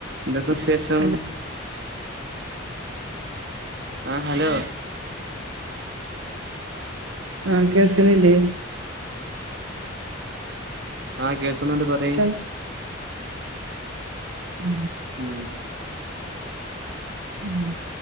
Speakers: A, on the right (about 55°); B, on the right (about 80°).
A: എന്തൊക്കെ ശേഷം
B: ഹലോ
A: ആഹ ഹലോ
B: ആഹ കേക്കുന്നില്ലേ
A: ആഹ കേ ുന്നു എന്ത് പറയും
B: ശം ഉം
A: ഉ
B: ഉം